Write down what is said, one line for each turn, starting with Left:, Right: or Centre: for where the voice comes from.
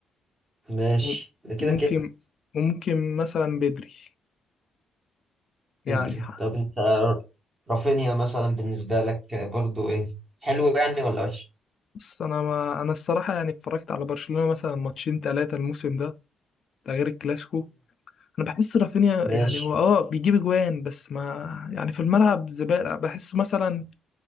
Right: ماشي
Left: وم-
Right: ده كده
Left: وممكن
Right: كده
Left: وممكن مثلا بدري يعني
Right: بدري
Left: ح-
Right: طب انت رافينيا مثلا بالنسبة لك برضو ايه حلو يعني ولا وحش
Left: بص أنا ما أنا الصراحة يعني اتفرجت على برشلونة مثلا ماتشين تلاتة الموسم ده ده غير الكلاسيكو انا بحس رافينيا
Right: امم
Left: يعني هو اه بيجيب اجوان بس ما يعني في الملعب زبالة بحسه مثلا